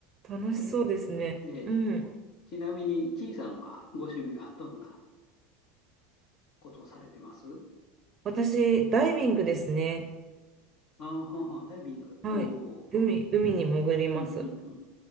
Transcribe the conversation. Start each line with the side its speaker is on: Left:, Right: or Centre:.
Right: 楽しそうですね。
Left: はい、ええ
Right: うん。
Left: ちなみに、ちいさんはご趣味はどんなことをされてます
Right: 私、ダイビングですね。
Left: あはは、ダイビング。
Right: はい。
Left: お
Right: 海、海に潜ります。
Left: うんうんうんう